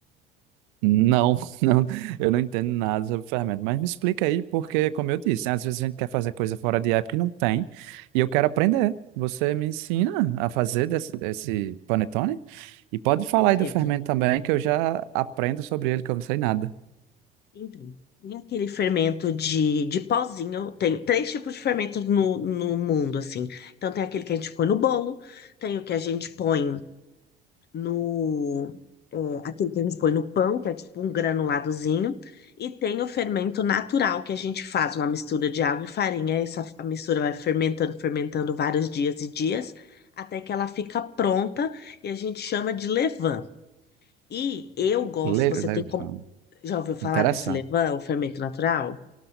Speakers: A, on the right; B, on the left.
A: Não, <laughs> não, eu não entendo nada sobre fermento, mas me explica aí, porque, como eu disse, né, às vezes a gente quer fazer coisa fora de época e não tem, e eu quero aprender. Você me ensina a fazer desse, desse panetone? E pode
B: certeza.
A: falar aí do fermento também, que eu já aprendo sobre ele, que eu não sei nada.
B: Então, tem aquele fermento de, de pozinho. Tem três tipos de fermento no, no mundo, assim. Então, tem aquele que a gente põe no bolo, tem o que a gente põe no. é, aquele que a gente põe no pão, que é tipo um granuladozinho, e tem o fermento natural, que a gente faz uma mistura de água e farinha. Essa f- a mistura vai fermentando, fermentando vários dias e dias, até que ela fica pronta e a gente chama de levain. E eu gosto,
A: Le-
B: você
A: Levan.
B: tem como. Já ouviu falar
A: Interessante.
B: desse levain, o fermento natural?